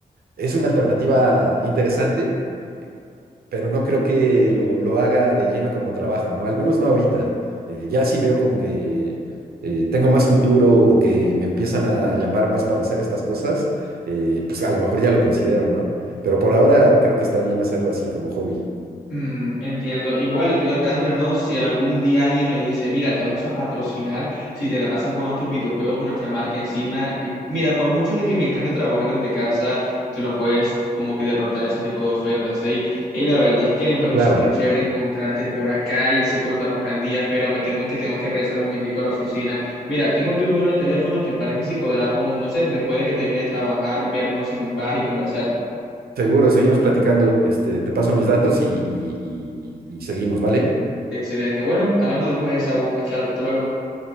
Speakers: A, on the right (about 70°); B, on the left (about 80°).
A: es una alternativa interesante pero no creo que lo, lo haga de lleno como trabajo, ¿no? Al menos no ahorita. Eh, ya sí veo como que eh, tengo más futuro o que me empiezan a llamar más para hacer estas cosas, eh, pues a lo mejor ya lo considero, ¿no? Pero por ahora creo que está bien hacerlo así como hobby.
B: Mm, entiendo. Igual lo digo acá entre nos, si algún día alguien me dice, mira, te vamos a patrocinar si te la pasas jugando tus videojuegos con nuestra marca encima. y mira, por mucho de que me encante trabajar desde casa, tú no puedes como que derrotar ese tipo de ofertas. ¿eh? Y la verdad es que me pareció
A: Claro,
B: súper chévere encontrarte por acá y así colocarnos al día, pero me temo que tengo que regresar un momentico a la oficina. Mira, tengo tu número de teléfono, ¿te parece si cuadramos, no sé, después de que termine de trabajar, vernos en un bar y conversar?
A: seguro, seguimos platicando. Este, te paso mis datos y, y y- y seguimos, ¿vale?
B: Excelente. Bueno, hablamos después de esa. Hasta hasta luego.